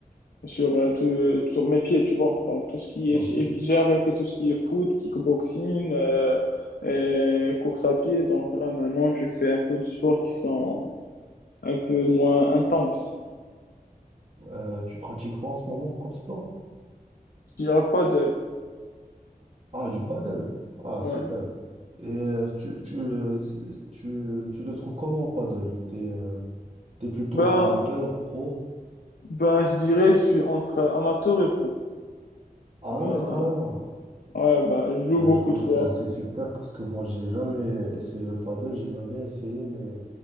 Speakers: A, on the left; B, on the right.
A: sur, euh, tout, euh, sur mes pieds, tu vois. Donc, tout ce qui
B: Ok.
A: est, j'ai j'ai arrêté tout ce qui est foot, kickboxing, euh, et course à pied. Donc, là, maintenant, je fais un peu de sports qui sont un peu moins intenses.
B: Euh, tu pratiques quoi en ce moment comme sport?
A: Je dirais pas de,
B: Ah, du paddle. Ah,
A: ouais.
B: super. Et euh, tu, tu, euh, c'est- tu, tu le trouves comment au paddle? T'es, euh, t'es plutôt
A: Ben,
B: amateur, pro?
A: ben, je dirais, je suis entre amateur et pro.
B: Ah
A: Bah,
B: ouais, carrément.
A: ouais, bah, je joue
B: Bah
A: beaucoup
B: écoute,
A: de fois.
B: euh, c'est super parce que moi j'ai jamais essayé le paddle, j'aimerais bien essayer, mais